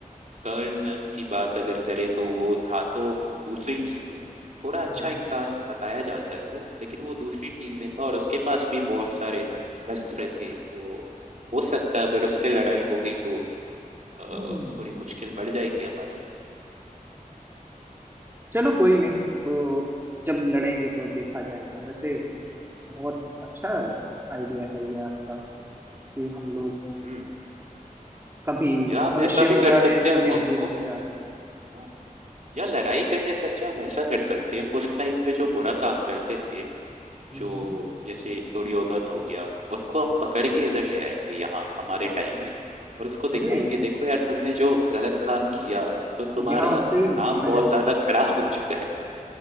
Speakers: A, on the right (about 55°); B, on the right (about 15°).
A: कर्ण की बात अगर करें तो वो था तो दूसरी टीम में थोड़ा अच्छा
B: हम्म हम्म,
A: इंसान बताया जाता है वो लेकिन वो दूसरी टीम में था और उसके पास भी बहुत सारे अस्त्र थे तो हो सकता है अगर उससे लड़ाई हो गई तो अ,
B: हम्म।
A: थोड़ी मुश्किल बढ़ जाएगी हमारी
B: चलो कोई नहीं तो जब लड़ेंगे तो देखा जाएगा वैसे बहुत अच्छा आइडिया है ये आपका कि हम लोग
A: हुँ।
B: कभी
A: या हम
B: भविष्य
A: ऐसा
B: में
A: भी
B: जा
A: कर
B: रहे
A: सकते
B: हैं
A: हैं
B: कभी
A: हम उनको
B: भूत में जा रहे हैं
A: हाँ, या लड़ाई करने से अच्छा हम ऐसा कर सकते हैं, उस टाइम पे जो बुरा काम करते थे,
B: हम्म
A: जो जैसे दुर्योधन हो गया, उसको हम पकड़ के इधर ले आएँगे यहाँ हमारे टाइम में और उसको दिखाएँगे,
B: अरे
A: देखो यार तुमने जो गलत काम किया, तो तुम्हारा
B: यहाँ उससे
A: नाम
B: भी बेहतर
A: बहुत ज़्यादा खराब हो चुका है। तो